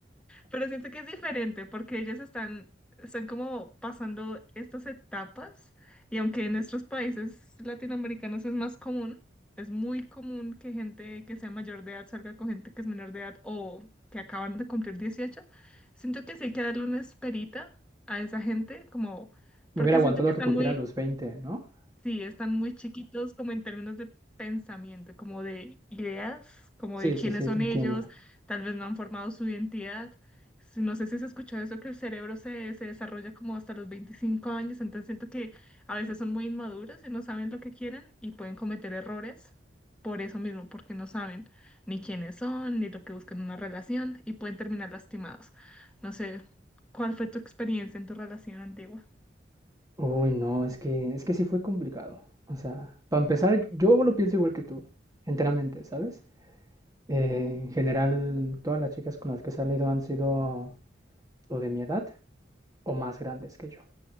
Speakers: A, in the centre; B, on the right.
A: Pero siento que es diferente porque ellos están, están como pasando estas etapas y aunque en nuestros países latinoamericanos es más común, es muy común que gente que sea mayor de edad salga con gente que es menor de edad o que acaban de cumplir 18, siento que sí hay que darle una esperita a esa gente como
B: Me
A: porque
B: hubiera aguantado
A: siento que están
B: que cumpliera
A: muy
B: los 20, ¿no?
A: Sí, están muy chiquitos como en términos de pensamiento, como de ideas, como
B: Sí,
A: de quiénes
B: sí, sí,
A: son
B: te entiendo.
A: ellos, tal vez no han formado su identidad. Si- No sé si se escuchó eso, que el cerebro se, se desarrolla como hasta los 25 años, entonces siento que a veces son muy inmaduros y no saben lo que quieren y pueden cometer errores por eso mismo, porque no saben ni quiénes son, ni lo que buscan en una relación y pueden terminar lastimados. No sé, ¿cuál fue tu experiencia en tu relación antigua?
B: Uy, no, es que, es que sí fue complicado. O sea, para empezar, yo lo pienso igual que tú, enteramente, ¿sabes? Eh, en general, todas las chicas con las que he salido han sido o de mi edad o más grandes que yo.